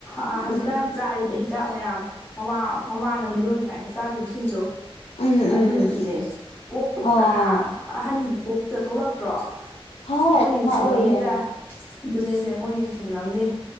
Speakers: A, on the left (about 20°); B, on the left (about 80°).
A: ꯑ ꯍꯧꯖꯤꯛꯀꯥꯟ
B: ꯎꯝ
A: ꯆꯥꯔꯤꯕ ꯍꯤꯗꯥꯛ ꯃꯌꯥꯝ ꯃꯃꯥ ꯃꯃꯥꯅ ꯃꯤꯔꯣꯜꯂꯤꯉꯥꯏꯗ ꯆꯥꯈꯤꯕꯁꯤꯡꯗꯨ
B: ꯎꯝ
A: ꯑꯗꯨꯅꯁꯨꯅꯦ
B: ꯎꯝ
A: ꯀꯣꯛꯇꯨ ꯄꯨꯔꯥ
B: ꯑꯣ
A: ꯑꯍꯟꯒꯤ ꯀꯣꯛꯇ ꯊꯣꯛꯂꯛꯇ꯭ꯔꯣ
B: ꯍꯣꯏ
A: ꯃꯣꯏꯅ
B: ꯑꯗꯨꯃꯥꯏ
A: ꯍ‌ꯦꯟꯅ ꯁꯤꯡꯉꯝꯅꯤꯗ
B: ꯑꯣꯏꯌꯦ
A: ꯑꯗꯨꯅꯦꯁꯦ ꯃꯣꯏꯅꯦ ꯁꯤꯡꯉꯝꯅꯤ